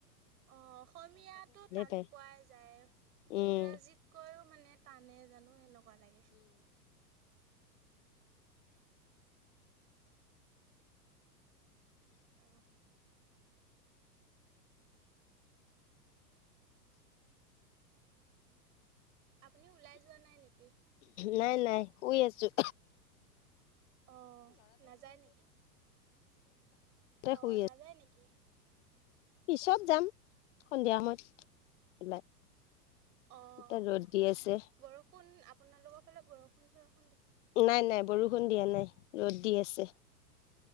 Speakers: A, on the right; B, on the left.
A: অ', অসমীয়াটো টান
B: পায়
A: পোৱাই যায়,
B: উম
A: ইংৰাজীতকৈও মানে টানেই জানো সেনেকুৱা লাগে। অহ। আপুনিও ওলাই যোৱা নাই নেকি?
B: নাই, নাই শুই আছোঁ।
A: অ', নাযায় নেকি? অ',
B: শুই
A: নাযায়
B: আছো
A: নেকি?
B: পিছত যাম, সন্ধিয়া সময়ত ওলাই।
A: অ'
B: এতিয়া ৰ'দ দি আছে
A: বৰষুণ আপোনালোকৰ ফালে বৰষুণ চ
B: নাই নাই বৰষুণ দিয়া নাই ৰ'দ দি আছে।